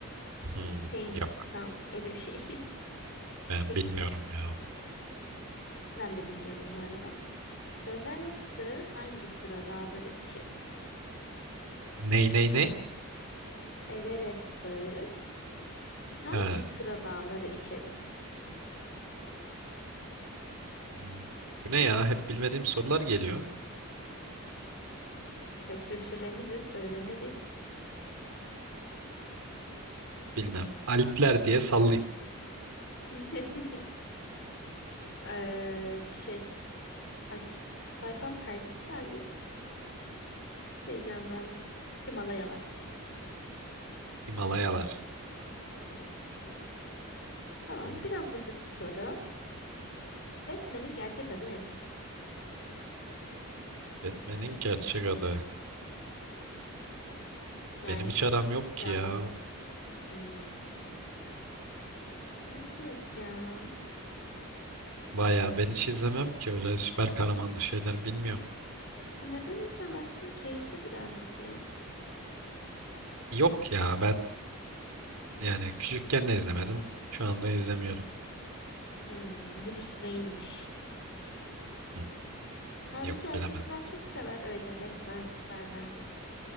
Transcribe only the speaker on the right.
Hmm,
yok.
Ben
bilmiyorum ya onu.
Ney ney ney?
Ha.
hmm. Bu ne ya? Hep bilmediğim sorular geliyor.
Bilmem. Alpler diye sallayayım.
Himalayalar.
Hmm.
Batman'in gerçek adı.
Benim hiç aram yok ki
ya.
Baya ben hiç izlemem ki öyle süper kahramanlı şeyler bilmiyorum.
Yok ya ben yani küçükken de izlemedim. Şu anda izlemiyorum.
Hmm,
Yok
bilemez.